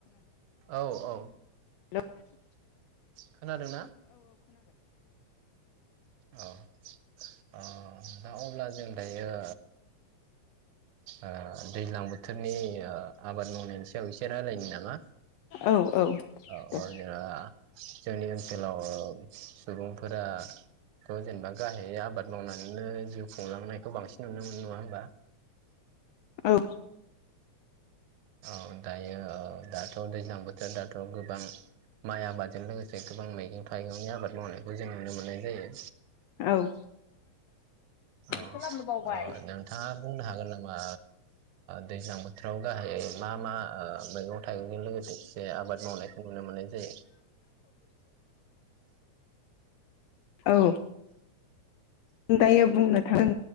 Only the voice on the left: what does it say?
न <unintelligible>
औ औ
दे।
औ।
औ।
खालामनो बावबाय
औ दायो बुंनो जों